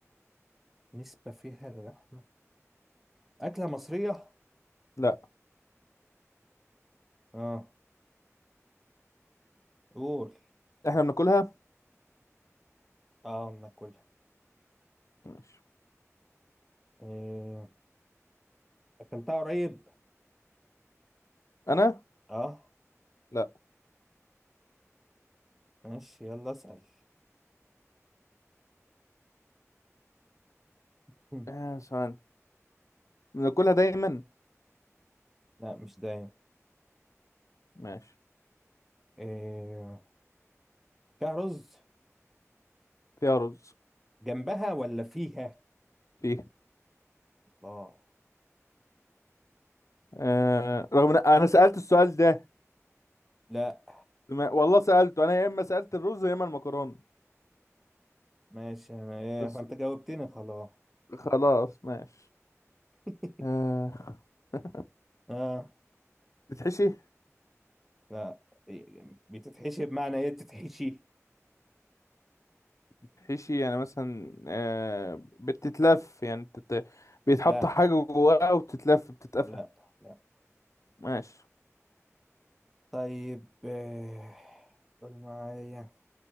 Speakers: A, in the centre; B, on the left.
A: نسبة فيها للحمة أكلة مصرية
B: لا
A: اه قول
B: احنا بناكلها
A: اه بناكلها
B: ماشي
A: إيه أكلتها قريب
B: انا
A: اه
B: لا
A: ماشي يلا اسأل <laughs>
B: آه ثواني بناكلها دايما
A: لا مش دايم
B: ماشي
A: إيه... فيها رز
B: فيها رز
A: جنبها ولا فيها
B: فيه
A: الله
B: آه رغم ان انا سألت السؤال ده
A: لا
B: ما- والله سألته انا يا اما سألت الرز يا اما المكرونة
A: ماشي انا ايه
B: بس
A: فانت جاوبتني خلاص
B: خلاص ماشي
A: <laughs>
B: آه <laughs>
A: اه
B: بتحشي
A: لا إيه... بتتحشي بمعنى ايه بتتحشي
B: بتحشي يعني مثلا آه بتتلف يعني بتت... بيتحط
A: لا
B: حاجة جواها وتتلف بتتقفل
A: لا لا
B: ماشي
A: طيب إيه... قول معايا